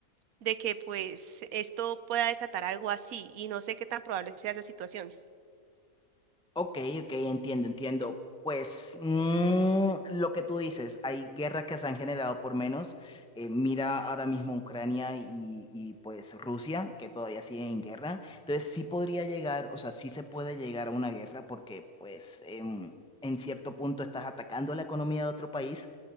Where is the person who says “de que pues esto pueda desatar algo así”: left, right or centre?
Right